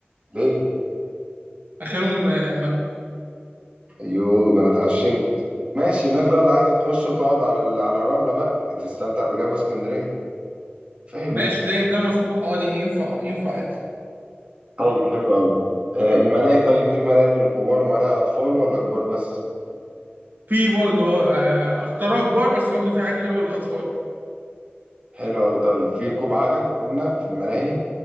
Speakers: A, on the right (about 30°); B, on the right (about 50°).
A: ليه
B: اخرهم آه، المغرب
A: ايوه ده انا اتعشمت ماشي الناس بقى اللي عايزة تخش وتقعد على ال... على الرملة بقى تستمتع بجو اسكندرية فاهمني
B: ماشي ده ده آه. مسموح عادي ينفع ينفع عادي
A: طيب حلو قوي آه، الملاهي طيب في ملاهي للكبار وملاهي أطفال ولا كبار بس
B: في برضه آه، آه، اختراع كبار بس برضه في حاجات حلوه للاطفال
A: حلو قوي طيب في ركوب عجل قلنا في الملاهي